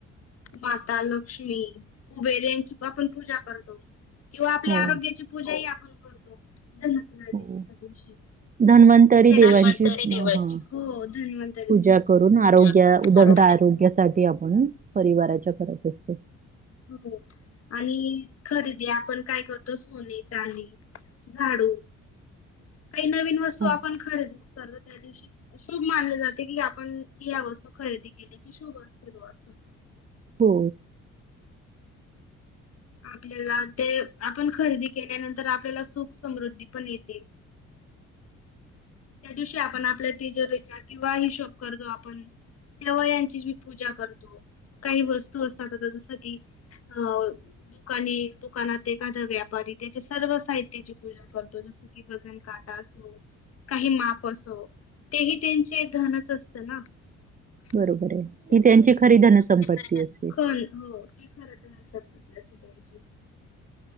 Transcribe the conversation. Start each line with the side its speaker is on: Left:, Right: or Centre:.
Left: माता लक्ष्मी कुबेर यांची आपण पूजा करतो. किंवा आपल्या
Right: हो,
Left: आरोग्याची पूजा या <unintelligible> तुम
Right: हो.
Left: दिवशीच्या दिवशी
Right: धन्वंतरी
Left: <unintelligible>
Right: देवांची
Left: धन्वंतरी
Right: हां.
Left: देवाची हो धन्वंतरी
Right: पूजा
Left: देवाची
Right: करून
Left: पूजा
Right: आरोग्य
Left: करून
Right: उदंड
Left: आरो
Right: आरोग्यासाठी आपण परिवाराच्या करत असतो.
Left: हो आणि खरेदी आपण काय करतो सोने, चांदी झाडू काही नवीन वस्तू
Right: हो,
Left: आपण खरेदीच कर त्या दिवशी शुभ मानले जाते कि आपण या वस्तू खरेदी केली की शुभ असते बुवा असं
Right: हो
Left: आपल्याला ते आपण खरेदी केल्यानंतर आपल्याला सुख समृद्धी पण येते. त्या दिवशी आपण आपल्या तिजोरीचा किंवा हिशोब करतो आपण तेव्हा यांचीच मी पूजा करतो, काही वस्तू असतात आता जसं की अ दुकानी दुकानात एखादा व्यापारी त्याची सर्व साहित्याची पूजा करतो ज स की वजनकाटा असो, काही माप असो तेही तेंचे धनच असत ना. <unintelligible>
Right: बरोबर आहे ही त्यांची खरी धनसंपत्ती असते
Left: खरच हो ते खरंच आहे <unintelligible> लस्सी प्यायची.